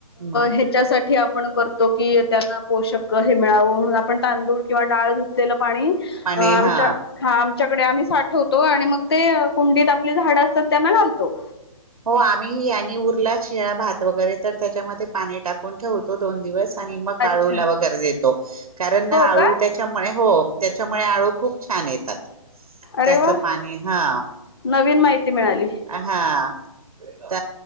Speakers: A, on the right; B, on the left.
A: मग
B: ह्याच्यासाठी आप आपण करतो की त्यांना पोषक हे मिळावं म्हणून आपण तांदूळ किंवा डाळ धुतलेलं पाणी
A: पाणी
B: अ, आमच्या
A: हा
B: हा आमच्याकडे आम्ही साठवतो आणि मग ते कुंडीत आपली झाडं असतात त्यांना घालतो.
A: हो आम्ही ही आणि उरला शिळा भात वगैरे तर त्याच्यामध्ये पाणी टाकून ठेवतो दोन दिवस आणि मग
B: अच्छा
A: आळूला वगैरे देतो. कारण ना
B: हो
A: आळू,
B: का
A: त्याच्यामुळे हो, त्याच्यामुळे आळू खूप छान येतात.
B: अरे
A: त्याचं
B: वा
A: पाणी हा.
B: नवीन माहिती मिळाली.
A: हा, त